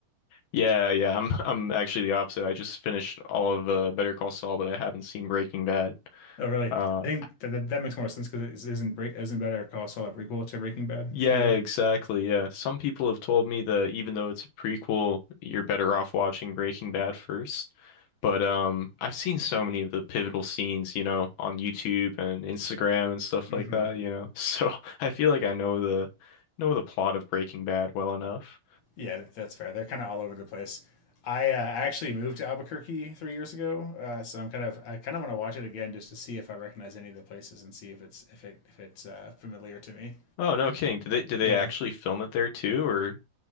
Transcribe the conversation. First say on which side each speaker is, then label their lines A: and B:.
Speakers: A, on the left (about 80°); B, on the left (about 50°).
A: Yeah, yeah. I'm <laughs> I'm actually the opposite. I just finished all of uh, Better Call Saul, but I haven't seen Breaking Bad.
B: Oh, really?
A: Uh,
B: I think that that, that makes more sense because its not Bre- isn't Better Call Saul a prequel to Breaking Bad,
A: Yeah,
B: kind of?
A: exactly. Yeah. Some people have told me that even though it's a prequel, you're better off watching Breaking Bad first. But um I've seen so many of the pivotal scenes, you know, on YouTube and Instagram and stuff
B: hmm
A: like that, you know. <laughs> So I feel like I know the know the plot of Breaking Bad well enough.
B: Yeah, that- that's fair. They're kind of all over the place. I uh, actually moved to Albuquerque three years ago, uh, so I'm kind of I kind of want to watch it again just to see if I recognize any of the places and see if it's if it if it's uh, familiar to me.
A: Oh, no kidding. Did they did
B: Yeah.
A: they actually film it there too? Or